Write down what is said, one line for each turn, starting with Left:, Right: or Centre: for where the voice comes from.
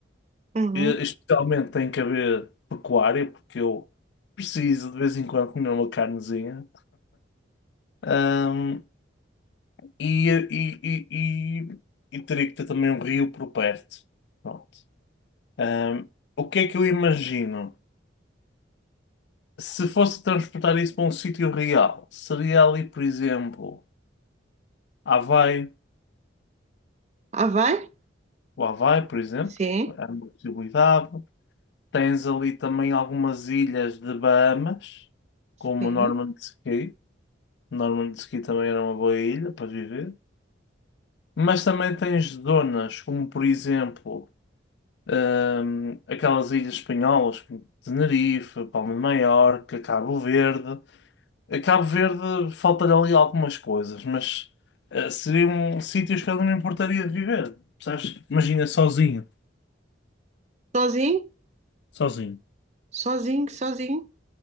Right: Uhum.
Left: E- Especialmente tem que haver pecuária, porque eu preciso de vez em quando comer uma carnezinha. Ahm, e, e, e, e, e teria que ter também um rio por perto. Pronto. Ahm, o que é que eu imagino? Se fosse transportar isso para um sítio real, seria ali, por exemplo, Havaí,
Right: Ah, vai?
Left: o Havaí, por exemplo,
Right: Sim,
Left: é uma possibilidade. Tens ali também algumas ilhas de Bahamas, como
Right: sim.
Left: Norman's Cay. Normandiski também era uma boa ilha para viver. Mas também tens zonas como, por exemplo, hum, aquelas ilhas espanholas, como Tenerife, Palma de Maiorca, Cabo Verde. A Cabo Verde falta-lhe ali algumas coisas, mas eh, seriam sítios que eu não importaria de viver, percebes? Imagina sozinho,
Right: Sozinho?
Left: sozinho.
Right: Sozinho, sozinho,